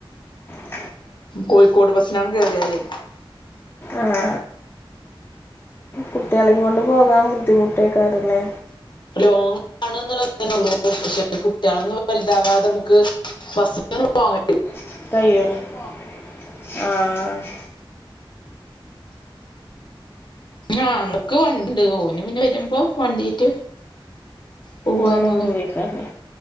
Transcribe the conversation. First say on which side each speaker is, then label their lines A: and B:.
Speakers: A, on the left (about 25°); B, on the left (about 55°).
A: <unintelligible>
B: കോഴിക്കോട് ബസ്സിന കേറിയാലേ
A: ആഹ് കുട്ടിയാലൈ കൊണ്ട് പോകാൻ ബുദ്ധിമുടെക്കാറല്ലേ
B: ലോങ്ങാണ് എന്നുള്ള തന്നെള്ളൂ പക്ഷെ കുട്ടികളൊന്നും വലുതാവാതെ നമുക്ക് <unintelligible>
A: <unintelligible> ആഹ്
B: ആഹ് ങ്ങൾക്ക് വണ്ടിണ്ട് ഓന് പിന്നെ വരുമ്പോ വണ്ടീറ്റ് പോവന്നല്ലേ
A: അങ്ങനെ പോവേക്കാറല്ലേ